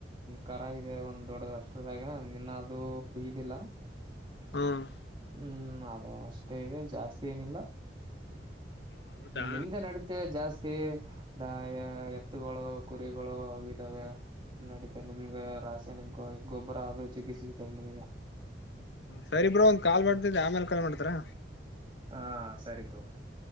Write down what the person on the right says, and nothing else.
ಕರ ಇದೆ ಒಂದ್ ದೊಡ್ಡದ್ ಅಷ್ಟರದಾಗ ನಿನ್ನ ಅದು ಇದಿಲ್ಲ
ಹ್ಮ್ ಅದು ಅಷ್ಟೇ ಇದೆ ಜಾಸ್ತಿ ಏನಿಲ್ಲ
ಹ್ಮ ನಿಮ್ದೆ ನಡಿದ. ತ್ತೆ ಜಾಸ್ತಿ ದ ಎತ್ತುಗಳು ಕುರಿಗಳು ಅವ ಇದಾವೆ. ನಡೀತ ನಿಮ್ಗ ರಾಸಾಯನಿಕ ಗೊಬ್ಬರ ಅದು ಜಗ್ಗಿ ಸಿಗ್ತದ ನಿಮ್ಗೆ.
ಹಾ ಸರಿ ತಗೊಳ್ರಿ.